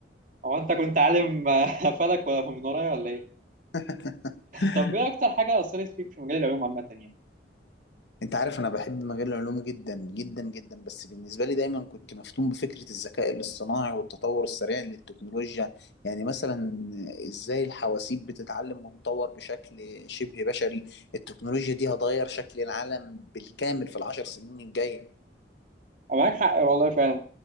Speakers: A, on the right; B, on the left.
A: هو انت كنت عالم آه، <laughs> فلك ولا من ورايا ولا ايه
B: <laughs>
A: طب ايه اكتر حاجه اثرت فيك في مجال العلوم عامه يعني
B: انت عارف انا بحب مجال العلوم جدا جدا جدا بس بالنسبه لي دايما كنت مفتون بفكره الذكاء الاصطناعي والتطور السريع للتكنولوجيا يعني مثلا ازاي الحواسيب بتتعلم وتتطور بشكل شبه بشري التكنولوجيا دي هتغير شكل العالم بالكامل في العشر سنين الجايه
A: معاك حق والله فعلا